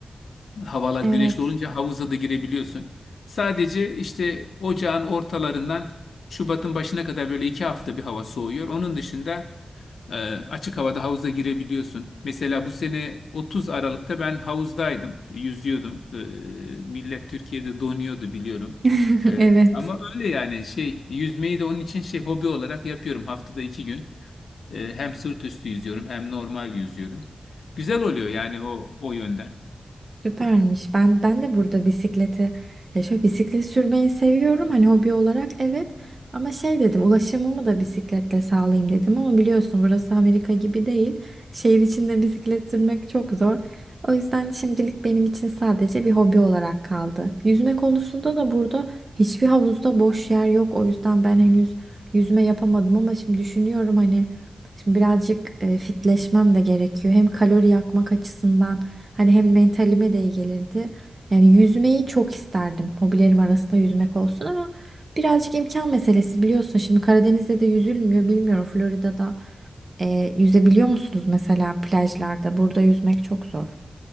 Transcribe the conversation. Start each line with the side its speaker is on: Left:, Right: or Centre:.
Left: havalar
Right: Evet.
Left: güneşli olunca havuza da girebiliyorsun. Sadece işte ocağın ortalarından Şubat'ın başına kadar böyle iki hafta bir hava soğuyor. Onun dışında ee, açık havada havuza girebiliyorsun. Mesela bu sene 30 Aralık'ta ben havuzdaydım, yüzüyordum. Ee, millet Türkiye'de donuyordu biliyorum.
Right: <laughs>
Left: Ee,
Right: Evet.
Left: ama öyle yani şey yüzmeyi de onun için şey hobi olarak yapıyorum haftada iki gün. Ee, hem sırt üstü yüzüyorum hem normal yüzüyorum. Güzel oluyor yani o o yönden.
Right: Süpermiş. Ben ben de burada bisikleti ya şöyle bisiklet sürmeyi seviyorum hani hobi olarak evet ama şey dedim ulaşımımı da bisikletle sağlayayım dedim ama biliyorsun burası Amerika gibi değil. Şehir içinde bisiklet sürmek çok zor. O yüzden şimdilik benim için sadece bir hobi olarak kaldı. Yüzme konusunda da burada hiçbir havuzda boş yer yok. O yüzden ben henüz yüzme yapamadım ama şimdi düşünüyorum hani Şimdi birazcık e, fitleşmem de gerekiyor. Hem kalori yakmak açısından hani hem mentalime de iyi gelirdi. Yani yüzmeyi çok isterdim. Hobilerim arasında yüzmek olsun ama birazcık imkan meselesi biliyorsun. Şimdi Karadeniz'de de yüzülmüyor. Bilmiyorum Florida'da e, yüzebiliyor musunuz mesela plajlarda? Burada yüzmek çok zor.